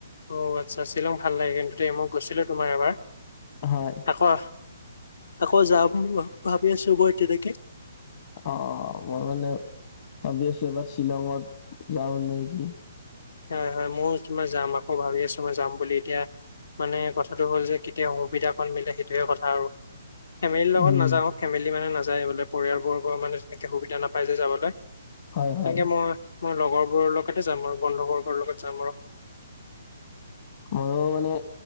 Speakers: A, on the left; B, on the left.
A: অ আচ্ছা, শ্বিলং ভাল লাগে কিন্তু দেই মই গৈছিলো তোমাৰ এবাৰ।
B: হয়।
A: আকৌ আকৌ যাম ভাবি আছো মই তেনেকে।
B: অঁ মই মানে ভাবি আছো এবাৰ শ্বিলঙত যাওঁ নেকি।
A: হয় হয় মইয়ো তোমাৰ যাম আকৌ ভাবি আছো মই যাম বুলি এতিয়া মানে কথাটো হ'ল যে কেতিয়া সুবিধাকণ মিলে সেইটোয়ে কথা আৰু। ফেমিলিৰ লগত
B: উম
A: নাযাওঁ ফেমিলি মানে নাযায় বোলে পৰিয়ালবৰ্গৰ মানে তেনেকে সুবিধা নাপাই যে যাবলৈ। তেনেকে
B: হয় হয়
A: মই মই লগৰবোৰৰ লগতে যাম আৰু বন্ধু বৰ্গৰ লগত যাম আৰু।
B: মইয়ো মানে